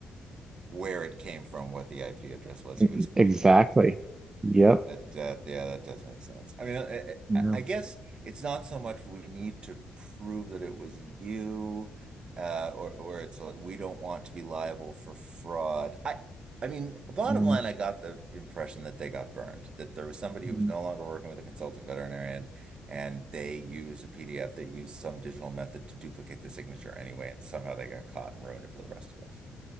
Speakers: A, on the right (about 50°); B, on the right (about 30°).
A: where it came from, what the IP address was,
B: E-, e-,
A: whose computer
B: Exactly.
A: it was.
B: Yep.
A: That uh, yeah, that does make sense. I mean, I,
B: No.
A: I I guess it's not so much we need to prove that it was you, uh, or or it's like we don't want to be liable for fraud. I I mean, bottom
B: Mm.
A: line, I got the impression that they got burned, that there was somebody who
B: Mm.
A: was no longer working with a consultant veterinarian, and they used a PDF, they used some digital method to duplicate the signature anyway, and somehow they got caught and ruined it for the rest of us.